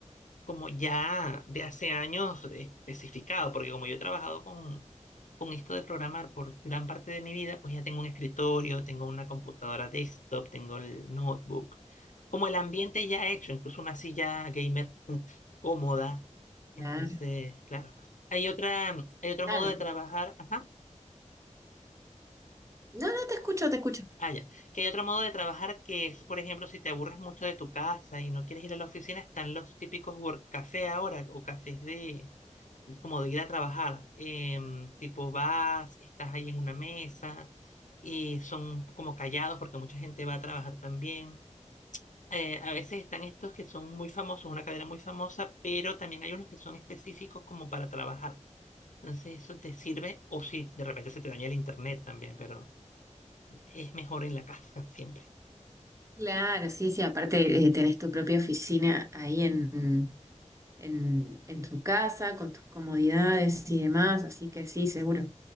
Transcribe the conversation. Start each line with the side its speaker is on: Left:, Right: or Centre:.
Left: como ya de hace años especificado, porque como yo he trabajado con, con esto de programar por gran parte de mi vida, pues ya tengo un escritorio, tengo una computadora desktop, tengo el notebook, como el ambiente ya hecho, incluso una silla gamer <laughs> cómoda.
Right: Claro,
Left: Entonces, claro, hay otra, hay otro
Right: claro.
Left: modo de trabajar, ajá,
Right: No, no, te escucho, te escucho.
Left: ah, ya, que hay otro modo de trabajar que es, por ejemplo, si te aburres mucho de tu casa y no quieres ir a la oficina, están los típicos work café ahora o cafés de como de ir a trabajar. em, tipo, vas, estás ahí en una mesa, y son como callados porque mucha gente va a trabajar también. Eh, a veces están estos que son muy famosos, una cadena muy famosa, pero también hay unos que son específicos como para trabajar. Entonces eso te sirve, o si de repente se te daña el internet también, pero es mejor en la casa <laughs> siempre.
Right: Claro, sí, sí. Aparte, eh, tenés tu propia oficina ahí en, en, en tu casa, con tus comodidades y demás, así que sí, seguro.